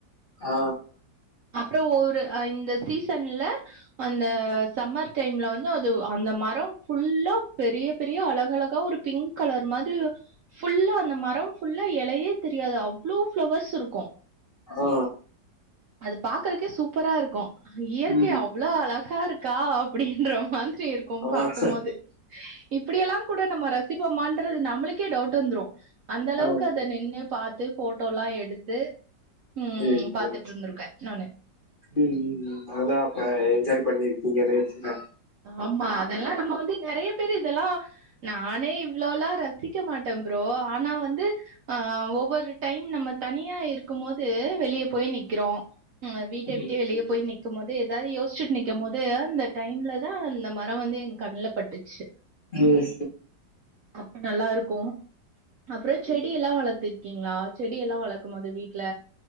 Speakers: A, on the left; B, on the right.
A: ஆ
B: அப்றொ ஒவ்வொரு அ இந்த சீசன்ல அந்த சம்மர் டைம்ல வந்து அது அந்த ம ரொ ஃபுல்லா பெரிய பெரிய அழக அழகா ஒரு பிங்க் கலர் மாதிரி ஃபுல்லா அந்த மரொ ஃபுல்லா எலையே தெரியாது அவ்ளோ ஃப்ளவர்ஸ் இருக்கு
A: ஆ
B: அது பாக்குறக்கே சூப்பரா இருக்கு இயற்கை
A: ம்,
B: அவ்ளோ அழகா இருக்கா அப்டின்ற மாதி ரி இருக்கு
A: ஆ,
B: பாக்கும்போது
A: சரி
B: இப்பிடியெல்லாம் கூட நம்ம ரசிப்போமான்றது நம்மளுக்கே டவுட் வந்துரு அந்த அளவுக்கு
A: ஆ,
B: அத நின்னு பாத்து ஃபோட்டோல்லா எடுத்து ம்
A: சேர் சேர்
B: பாத்துட்டு இருந்திருக்கே நானு
A: ம் ம் ம் அதா அப்ப ஜாய் பண்ணீர்க்கீங்க நேச்சர
B: ஆமா அதெல்லா நம்ம வந்து நெறைய பேர் இதெல்லா நானே இவ்ளோல்லா ரசிக்க மாட்டம் ப்ரோ ஆனா வந்து அ ஒவ்வொரு டைம் நம்ம தனியா இருக்கும் போது வெளிய போய் நி க்கிறோ ம் வீட்ட விட்டு
A: ம்,
B: வெளிய போய் நிக்கும் போது எதாவது யோசிச்ட்டு நிக்கம் போது அந்த டைம்ல னா அந்த மரொ வந்து எங் கண்ல பட்டுச்சு
A: ம்,
B: அப்ப நல்லாருக் க்கு அப்றோ
A: ம்.
B: செடி எல்லா வளத்துருக்கீங்ளா செடி எல்லா வளக்கும் போது வீட்ல